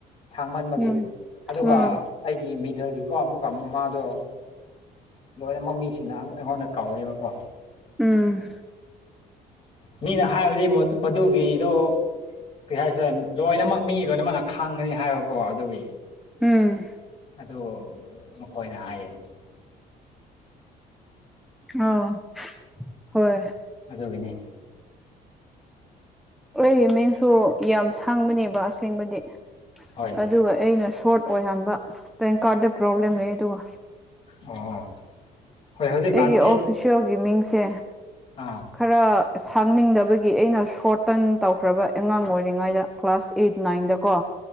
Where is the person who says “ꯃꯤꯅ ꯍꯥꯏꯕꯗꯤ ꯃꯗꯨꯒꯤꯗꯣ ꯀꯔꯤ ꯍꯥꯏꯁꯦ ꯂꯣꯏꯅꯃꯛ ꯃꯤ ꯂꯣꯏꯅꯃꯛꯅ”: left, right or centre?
Left